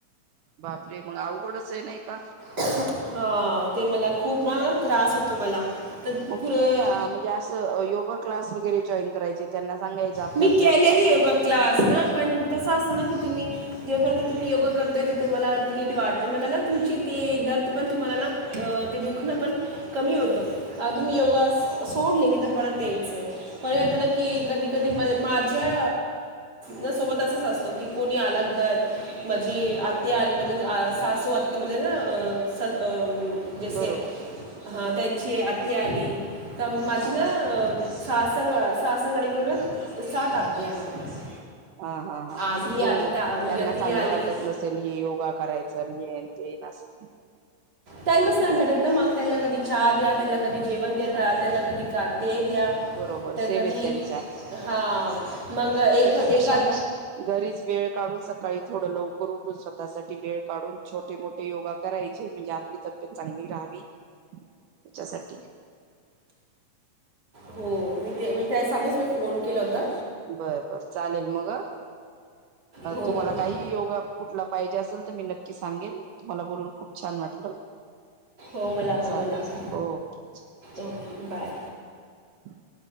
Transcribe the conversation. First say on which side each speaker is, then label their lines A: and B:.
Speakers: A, on the right (about 75°); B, on the right (about 30°).
A: बाप रे! मग अवघडच हे नाही का.
B: हा, ते मला खूप ना त्रास होतो मला. तर
A: मग
B: कु-
A: तुम्ही म्हणजे असं योगा क्लास वगैरे जॉईन करायचे. त्यांना सांगायचं आपल्या-आपल्या.
B: मी केलेली योगा क्लास ना, पण तसं असतं ना की तुम्ही. जेपर्यंत तुम्ही योगा करताय, ते तुम्हाला नीट वाटते. मला ना, तुमची ते दर्द पण तुम्हाला ना. ते दुखणं पण कमी होतं. तुम्ही योगा सोडले की, तर बरं तेच आहे. परत ना की कधी-कधी म माझ्या. ना, सोबत असंच असतो की कोणी आला घर माझी आत्या आली म्हणजे सासूआतु म्हणजे ना. जसे
A: बरोबर
B: अ त्यांची आत्या आली तर माझी
A: हा
B: ना. सासरं सासरवाडीकडून सात आत्या आहे. मला
A: हा-हा, हा,
B: आज ही
A: तो
B: आली ता
A: त्यांना
B: उद्या
A: चांगलं
B: ती आली
A: वाटत नसेल, हे योगा करायचं, हे ते न असं.
B: टाईमच नाही
A: बर
B: भेटत ना, मग त्यां कधी. चहा द्या त्याला, कधी जेवण द्या त्याला, कधी का ते द्या,
A: बरोबर
B: तर
A: सेवेत
B: कधी.
A: त्यांच्या
B: हा, मंग एक-एक.
A: त्याच्यापेक्षा ना घरीच वेळ काढून, सकाळी थोडं लवकर उठून स्वतःसाठी वेळ काढून छोटे-मोठे योगा. करायचे म्हणजे आपली तब्येत चांगली राहावी, त्याच्यासाठी.
B: हो, मी ते म त्यासाठीच मी फोन केला होता.
A: बर-बर, चालेल. मग
B: हो
A: तुम्हाला
B: हो हो
A: काही योगा कुठला पाहिजे असेल तर मी नक्की सांगेल तुम्हाला. बोलून खूप छान वाट. हो,
B: हो मला पण
A: चालेल.
B: मला पण
A: ओके.
B: Okay bye
A: <inaudible>